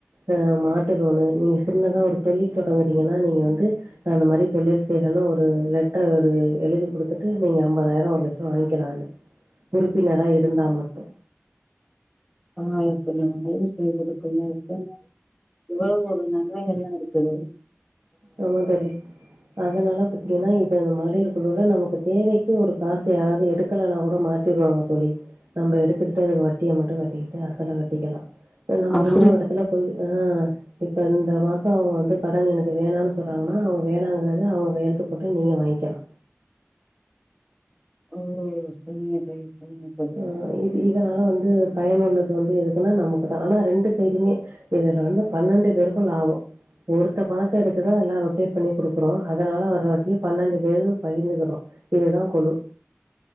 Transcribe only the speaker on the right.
அ
மாட்டு
லோனு நீ சின்னதா ஒரு தொழில் தொடங்குறீங்கன்னா நீங்க வந்து நா அந்த மாரி தொழில் செய்யறேன்னு ஒரு லெட்டர் ஒரு எழுதி குடுத்துட்டு நீங்க அம்பதாயிரொ ஒரு லட் சோ வாங்கிக்கலா அதுல உறுப்பினரா இருந்தா மட்டு
ஆமா தோழி அதனால பாத்தீங்கன்னா இதது மகளிர் குழுவலா நமக்கு தேவைக்கு ஒரு காசு யாராவது எடுக்கலனா கூட மாத் திருவாங்க தோழி நம்ப எடுத்துக்கிட்டு அதுக்கு வட்டிய மட்டு கட்டிக்கிட்டு அசல கட்டிக்கலா நம்ம
இன்னொரு எடத்துல போய் ஆ இப்ப இந்த மாசொ வந்து கடன் எனக் கு வேணான்னு சொல்றாங்கன்னா அவங்க வேணாங்குறத அவங்க கையெழுத்து போட்டு நீங்க வாங்கிக்கலா
ஆ இது இதனால வந்து பயனுள்ளது வந்து எதுக்குன்னா நமக்குதா ஆனா ரெண்டு சைடுமே இதுல வந்து பன்னெண்டு பேருக்கு லாபொ ஒருத்த பணத்த எடுத்துதா எல்லா ரொட்டேட் பண்ணி குடுக்குறோ அதனால வர வட்டிய பன்னெண்டு பேரு பகிர்ந்துக்கிறோ இதுதா கொழு